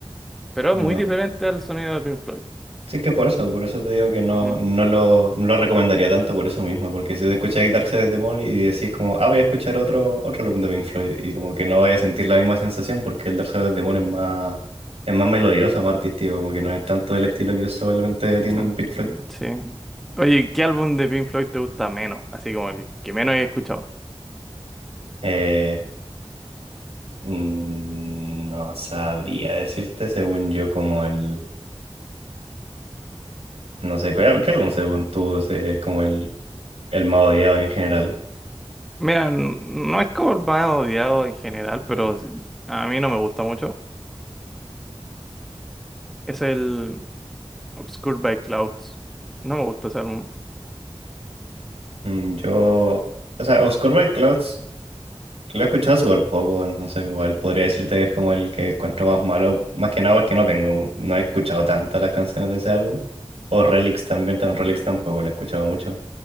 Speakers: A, in the centre; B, on the right.
A: pero
B: No.
A: es muy diferente al sonido de Pink Floyd.
B: Sí que por eso, por eso te digo que no,
A: Ujú.
B: no lo, no lo recomendaría tanto por eso mismo, porque si tú escuchas Dark Side of the Moon y decís como, ah, voy a escuchar otro, otro álbum de Pink Floyd, y como que no vaya a sentir la misma sensación porque el Dark Side of the Moon es más, es más melodioso, más artístico, como que no es tanto el estilo que solamente tienen
A: Mm,
B: Pink Floyd.
A: mm, sí. Oye, ¿qué álbum de Pink Floyd te gusta menos? Así como el que menos he escuchado.
B: Eh, Mm, No sabría decirte según yo como el... No sé, ¿cuál- ¿qué álbum según tú es como el, el más odiado en general?
A: Mira, n- no es como el más odiado en general, pero s- a mí no me gusta mucho. Es el Obscured by Clouds. No me gusta ese álbum.
B: Mm, Yo... O sea, Oscar Clouds lo he escuchado súper poco, entonces igual podría decirte que es como el que encuentro más malo, más que nada porque no tengo, no he escuchado tanto las canciones de ese álbum. O Relics también, también Relics tampoco lo he escuchado mucho.